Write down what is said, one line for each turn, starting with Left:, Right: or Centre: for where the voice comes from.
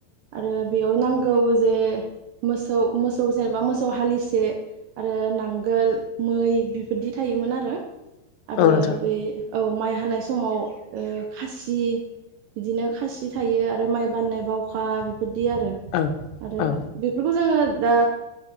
Right: आरो बेयाव नांगौ जे मोसौ मोसौ जेनेबा मोसौ हालिसे आरो नांगोल मै बिबायदि थायोमोन आरो आरो
Left: औ नोंथां
Right: बे औ माइ हानाय समाव खासि बिदिनो खासि थायो आरो माइ बान्नाय बावखा बेबायदि आरो।
Left: औ
Right: आरो
Left: औ
Right: बेफोरखौ जोङो दा